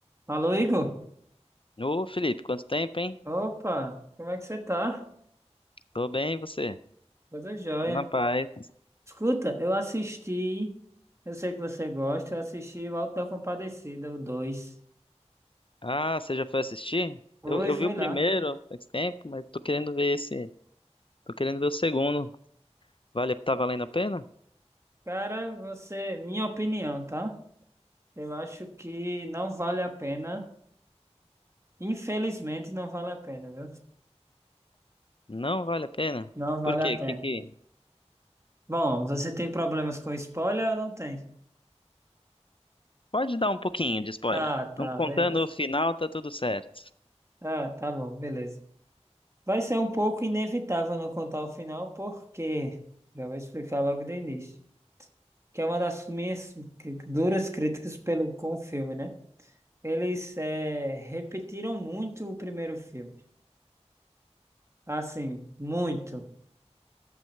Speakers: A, on the right; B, on the left.
A: Alô, Igor?
B: Ô, Felipe, quanto tempo, hein?
A: Opa, como é que você tá?
B: Tô bem, e você?
A: Tudo jóia.
B: Na paz.
A: Escuta, eu assisti, eu sei que você gosta, eu assisti o Alto da Compadecida, o 2.
B: Ah, você já foi assistir?
A: Foi,
B: Eu, eu
A: foi
B: vi o primeiro
A: lá.
B: faz tempo, mas tô querendo ver esse. Tô querendo ver o segundo. Vale, tá valendo a pena?
A: Cara, você, minha opinião, tá? Eu acho que não vale a pena. Infelizmente, não vale a pena, viu?
B: Não vale a pena?
A: Não vale
B: Por quê?
A: a pena.
B: Que que...
A: Bom, você tem problemas com spoiler ou não tem?
B: Pode dar um pouquinho de spoiler.
A: Tá, tá,
B: Não contando
A: beleza.
B: o final, tá tudo certo.
A: Ah, tá bom, beleza. Vai ser um pouco inevitável não contar o final, porque já vou explicar logo de início. Que é uma das minhas cri- duras críticas pelo, com o filme, né? Eles eh, repetiram muito o primeiro filme. Assim, muito.